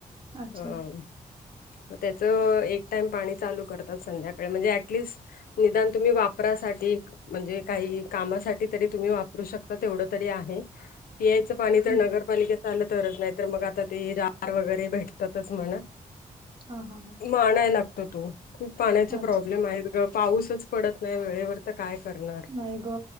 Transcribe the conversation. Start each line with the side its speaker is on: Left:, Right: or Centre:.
Right: अच्छा
Left: अ त्याच म पा चालात संध्याकाळी म्हणजे निद तुम्ही वापरासाठी म्हणजे काही कामासाठी तरी तुम्ही वापरू शकता तेवढं तरी आहे पियायचं पाणी
Right: हम्म
Left: तर नगरपालिकेचं
Right: हम्म.
Left: आलं तरच नाही तर मग आता ते दार वगैरे भेटतातच म्हणा
Right: हा हा हा
Left: ा लागतो तो खूप पाण्या प्रब्लेम
Right: अच्छा
Left: आहे पाऊसच पडत नाही वेळेवर तर काय करणार
Right: नाहीयगो